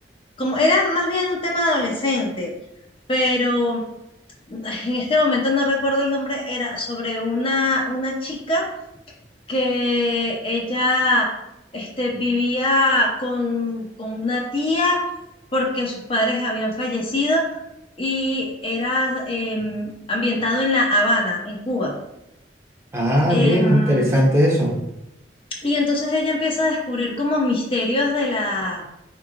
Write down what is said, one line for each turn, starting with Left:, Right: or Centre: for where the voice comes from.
Left: como era más bien un tema adolescente, pero ay, en este momento no recuerdo el nombre, era sobre una, una chica que ella este, vivía con, con una tía porque sus padres habían fallecido y era em, ambientado en La Habana, en Cuba.
Right: Ah,
Left: Em,
Right: bien, interesante eso.
Left: y entonces ella empieza a descubrir como misterios de la